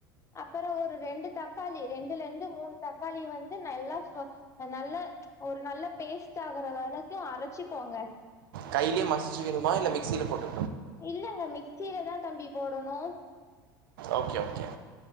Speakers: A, on the left; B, on the right.
A: அப்பற ஒரு ரெண்டு தக்காளி ரெண்டுலந்து மூணு தக்காளி வந்து நல்லா ப நல்லா ஒரு நல்ல பேஸ்ட்டாகுறத அள க்கு அரச்சுக்கோங்க
B: கைலயே மசிச்சுக்கனுமா இல்ல மிக்ஸில போட்டு
A: இல்லெங்க மிக்சிலதா தம்பி போடனு
B: ஓகே ஓகே